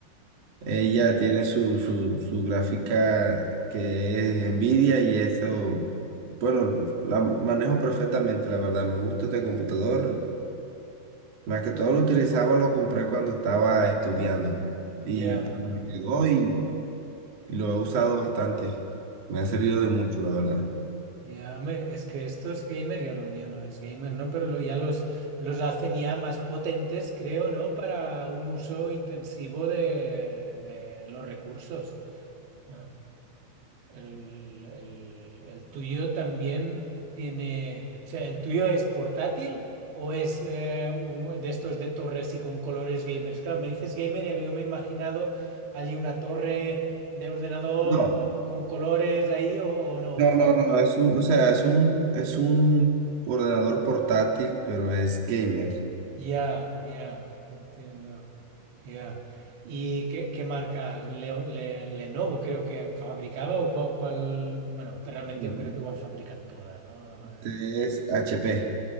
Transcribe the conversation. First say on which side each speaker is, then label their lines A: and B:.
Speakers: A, on the right (about 40°); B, on the right (about 70°).
A: ella tiene su, su, su gráfica que es Nvidia y eso, bueno, la manejo perfectamente, la verdad, me gusta este computador. Más que todo lo utilizaba, lo compré cuando estaba estudiando y
B: Ya.
A: pues me quedó y... Lo he usado bastante. Me ha servido de mucho, la verdad.
B: Ya, hombre, es que esto es gamer, yo lo mío no es gamer, ¿no? Pero lo- ya los, los hacen ya más potentes, creo, ¿no? Para un uso intensivo de, de los recursos. Ah. El, el- el tuyo también tiene, o sea, ¿el tuyo es portátil o es eh, un- de estos de torres y con colores gamers? Claro, me dices gamer y yo me he imaginado allí una torre de ordenador
A: No,
B: con, con colores ahí o, o no,
A: no,
B: es
A: no,
B: un...
A: no. Es un, o sea, es un, es un ordenador portátil, pero es gamer.
B: Ya, ya, entiendo. Ya. ¿Y qué, qué marca? Leo- Le- Lenovo creo que fabricaba o cuál, cuál- bueno, realmente
A: No,
B: yo creo que igual fabrican todas, ¿no?
A: Este es HP.